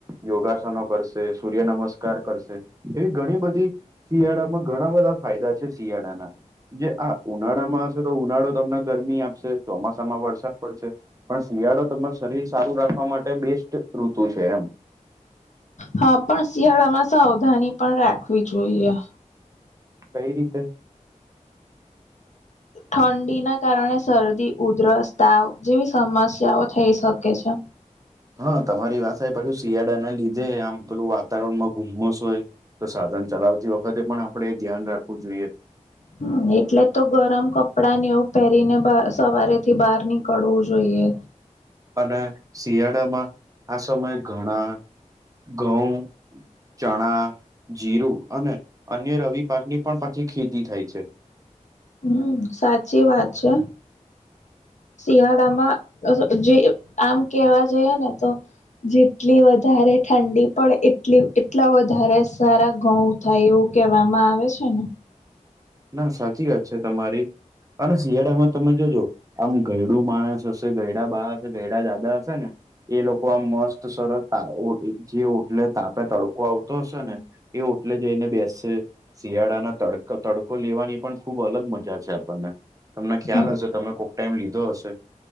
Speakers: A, on the right (about 25°); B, on the left (about 65°).
A: યોગાસનો કર શે, સૂર્ય નમસ્કાર કરશે, એવી ઘણી બધી શિયાળામાં ઘણા બધા ફાયદા છે શિયાળાના. જે હા ઉનાળામાં હશે તો ઉનાળો તમને ગરમી આપશે, ચોમાસામાં વરસાદ પડશે. પણ શિયાળો તમાર શરીર સારું રાખવા માટે બેસ્ટ ઋતુ છે એમ.
B: હા પણ શિયાળામાં સાવધાની પણ રાખવી જોઈએ.
A: કઈ રીતે?
B: ઠંડી ના કારણે શરદી, ઉધરસ, તાવ જેવી સમસ્યાઓ થઈ શકે છે.
A: હા તમારી વાત સા પછુ શિયાળા ના લીધે આમ પેલું વાતાવરણ માં ગુમસ હોય તો સાધન ચલાવતી વખતે પણ આપણે એ ધ્યાન રાખવું જોઈએ.
B: હમ્મ એટલે તો ગરમ કપડા ને એવું પેહરીને બા સવારે થી બહાર નીકળવું જોઈએ.
A: અને શિયાળામાં આ સમયે ઘણા, ઘઉં ચણા, જીરું અને અન્ય રવિ પાક ની પણ પાછી ખેતી થાય છે.
B: હમ્મ, સાચી વાત છે. શિયાળામાં જે આમ કેવા જોઈએ ને તો જેટલી વધારે ઠંડી પડે એ ટલી એટલા વધારે સારા ઘઉં થાય એવું કેહેવામાં આવે છે ને?
A: ના સાચી વાત છે તમારી અને શિયાળામાં તમે જોજો આમ ઘઇડું માણસ હશે, ઘઇડું બા હશે, ઘઇડું દાદા હશે ને એ લોકો આમ મસ્ત સરસ તા ઓ જે ઓટલે તાપે તડકો આવતો હશે ને એ ઓટલે જઈને બેસશે, શિયાળાના તડ તડકો લેવાની પણ ખુબ અલગ મ જા છે આપણને, તમને ખ્યાલ
B: હમ
A: હશે તમે કોક ટાઈમ લીધો હશે?